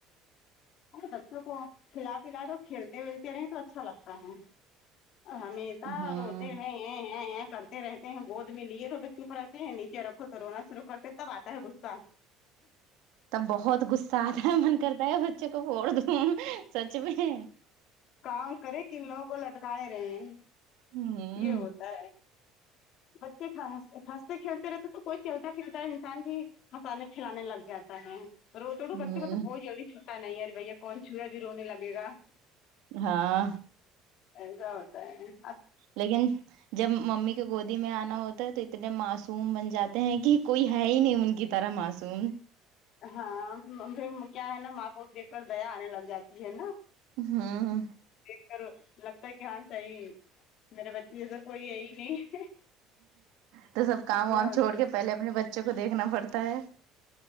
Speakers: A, on the left; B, on the right.
A: اے بچوں کو کھلا پلا تو کھیلتے ولتے رہ تو اچھا لگتا ہے ہممی آ
B: ہوں
A: روتی ہیں ہین ہین کرتے رہتے ہیں گود میں لیو تو چوپ رہتے ہیں نیچے رکھو تو رونا شرع کرتے تب آتا ہے سا
B: تب بہت غصہ آتا ہے من کرتا ہے بچے کو پھڑ دوں سچ میں
A: کام کرے کن لوگوں کو لٹکائے رہے ہیں
B: ہوں
A: یہ ہوتا ہے بچےسحس ہنستے کھیلتے رہتے تو کوئی چلتا پلتا انسان بھی پکانے کھلانے لگ جاتا ہے رو توڑو بچوں
B: ہوں
A: کو تو بہت جلدی چھوٹا نہیں ار بھیا کون چو ہے ا بھی رونے لگے گا
B: ہاں
A: ایسا ہوتا ہے اب
B: لیکن جب ممی کے گودی میں آنا ہوتا ہے تو اتنے معصوم بن جاتے ہیں کہ کوئی ہے ہی نہیں ان کی طرح معصوم
A: ہاں پھر کیا ہے نا ماں کو دیکھ کر دیا آنے لگ جاتی ہے نا
B: ہوں
A: دیکھ کر لگتا ہے کہ ہاں صحیح میرے بچی سے کوئی ہے ہی نہیں
B: تو سب کام وام
A: یہ ہو
B: چھوڑ کے پہلے اپنے بچوں کو دیکھنا پڑتا ہے